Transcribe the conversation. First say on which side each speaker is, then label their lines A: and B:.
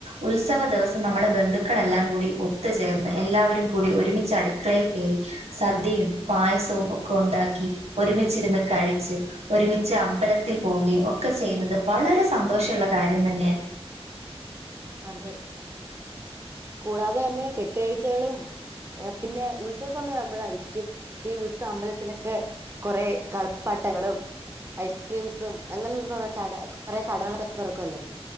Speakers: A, on the right (about 80°); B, on the right (about 25°).
A: ഉത്സവ ദിവസം നമ്മുടെ ബന്ധുക്കളെല്ലാം കൂടി ഒത്തുചേർന്ന് എല്ലാവരും കൂടി ഒരുമിച്ച് അടുക്കളയിൽ കേറി സദ്യയും പായസോം ഒക്കെ ഉണ്ടാക്കി ഒരുമിച്ചിരുന്ന് കഴിച്ച് ഒരുമിച്ച് അമ്പലത്തിൽ പോവുകയും ഒക്കെ ചെയ്യുന്നത് വളരെ സന്തോഷം ഉള്ള കാര്യം തന്നെയാ
B: അതെ കൂടാതെ തന്നെ കെട്ടുകാഴ്ചകളും.. പിന്നെ ഉത്സവസമയം ആവുമ്പോഴായിരിക്കും ഈ ഉത്സ അമ്പലത്തിലൊക്കെ കൊറെ കളിപ്പാട്ടങ്ങളും ഐസ്ക്രീംസും അങ്ങനുള്ള കുറേ കട കുറെ കടകളൊക്കെ തുറക്കു അല്ലോ